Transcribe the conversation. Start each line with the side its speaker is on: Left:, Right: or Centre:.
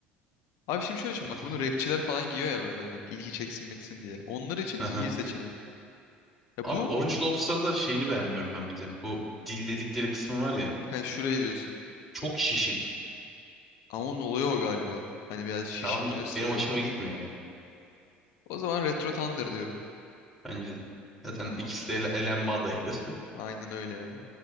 Left: Abi şimdi şöyle düşün
Centre: iki-
Left: bak bunu rapçiler falan giyiyor ya böyle hani ilgi çeksin meksin diye. Onlar için
Centre: Hı
Left: iyi seçenek. Ya
Centre: Abi
Left: bu
Centre: Orange Lobster'da şeyini beğenmiyorum ben bir de. Bu dil dedikleri kısım var ya.
Left: hani şurayı diyorsun.
Centre: Çok şişik.
Left: Ama onun oluyor o galiba. Hani biraz şişik
Centre: Tamam da
Left: gösteriyorlar.
Centre: benim hoşuma gitmiyor ya.
Left: O zaman Retro Thunder diyorum.
Centre: Bence de. Zaten
Left: Tamam.
Centre: ikisi de ele elenme adayları.
Left: Aynen öyle ya.